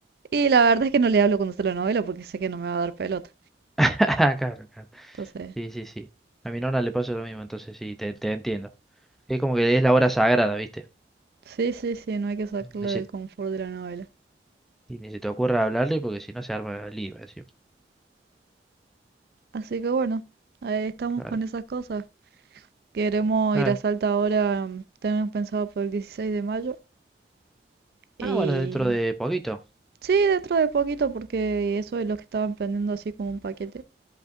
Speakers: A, on the right; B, in the centre.
A: Y la verdad es que no le hablo cuando está la novela porque sé que no me va a dar pelota.
B: <laughs> Claro, claro.
A: Entonces,
B: Sí, sí, sí. A mi nona le pasa lo mismo, entonces sí, te, te entiendo. Es como que es la hora sagrada, ¿viste?
A: sí, sí, sí, no hay que sacarla
B: Ni
A: del
B: se,
A: confort de la novela.
B: ni se te ocurra hablarle porque si no se arma el lío, encima.
A: Así que bueno, ahí estamos
B: Claro.
A: con esas cosas. Queremos
B: Claro,
A: ir a Salta ahora, mm, tenemos pensado por el 16 de mayo. Y
B: Ah, bueno, dentro de poquito.
A: sí, dentro de poquito, porque eso es lo que estaban vendiendo así como un paquete.